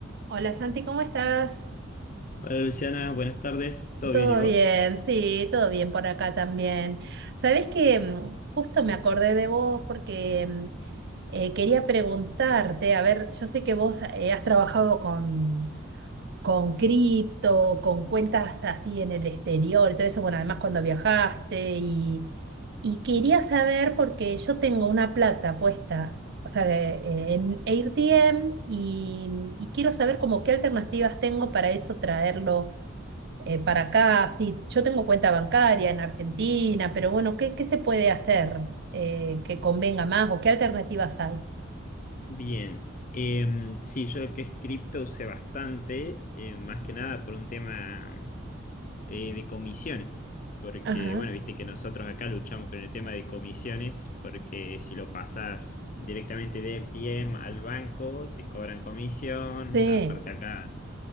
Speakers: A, on the right; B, on the left.
A: Hola Santi, ¿cómo estás?
B: Hola Luciana, buenas tardes. ¿Todo
A: Todo
B: bien y vos?
A: bien, sí, todo bien por acá también. Sabés que mm, justo me acordé de vos porque mm, eh, quería preguntarte, a ver, yo sé que vos eh, has trabajado con, con cripto, con cuentas así en el exterior y todo eso, bueno, además cuando viajaste y, y quería saber porque yo tengo una plata puesta, o sea, de- eh, en AirTM y, y quiero saber como qué alternativas tengo para eso traerlo eh, para acá, sí, yo tengo cuenta bancaria en Argentina, pero bueno, ¿qué, qué se puede hacer eh, que convenga más o qué alternativas hay?
B: Bien. Em, sí, yo lo que es cripto usé bastante, eh, más que nada por un tema eh, de comisiones. Porque,
A: Ajá,
B: bueno, viste que nosotros acá luchamos con el tema de comisiones, porque si lo pasás directamente de RTM al banco, te cobran comisión.
A: sí,
B: Aparte acá,